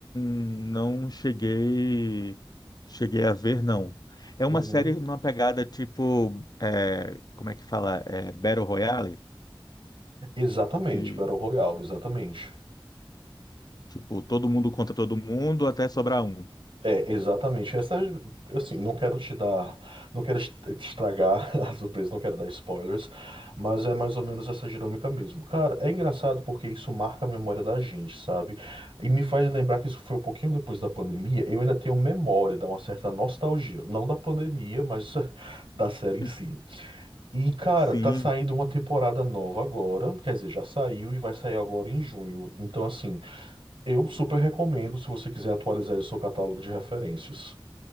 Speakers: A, on the left; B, on the right.
A: não cheguei cheguei a ver, não. É
B: uhum.
A: uma série numa pegada tipo, é, como é que fala? É, Battle Royale,
B: Exatamente,
A: que
B: Battle Royale, exatamente.
A: tipo, todo mundo contra todo mundo até sobrar um.
B: É, exatamente. Essa, assim, não quero te dar, não quero est- te estragar <laughs> a surpresa, não quero dar spoilers, mas é mais ou menos essa dinâmica mesmo. Cara, é engraçado porque isso marca a memória da gente, sabe? E me faz lembrar que isso foi um pouquinho depois da pandemia. Eu ainda tenho memória, dá uma certa nostalgia, não da pandemia, mas <laughs> da série em
A: <laughs>
B: si. E, cara,
A: Sim,
B: tá saindo uma temporada nova agora, quer dizer, já saiu e vai sair agora em junho. Então, assim, eu super recomendo se você quiser atualizar o seu catálogo de referências.